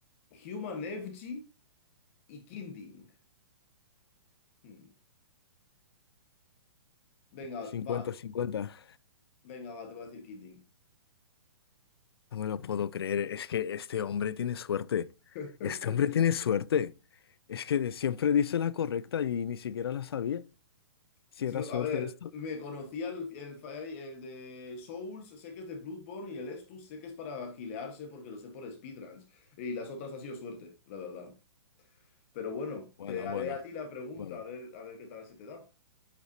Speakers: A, on the left; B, on the left.
A: Human Effigy y Kinding. Hmm. Venga,
B: Cincuenta,
A: va.
B: cincuenta.
A: Venga, va, te voy a decir Kinding.
B: no me lo puedo creer, es que este hombre tiene suerte,
A: <laughs>
B: este hombre tiene suerte, es que siempre dice la correcta y ni siquiera la sabía, si
A: No,
B: era suerte
A: A ver,
B: esto.
A: me conocía el, el, fa- el de Souls, sé que es de Bloodborne y el Estus sé que es para gilearse porque lo sé por speedruns. Y las otras ha sido suerte, la verdad. Pero bueno,
B: Bueno,
A: te haré
B: bueno,
A: a ti la pregunta,
B: bueno.
A: a ver, a ver qué tal se te da.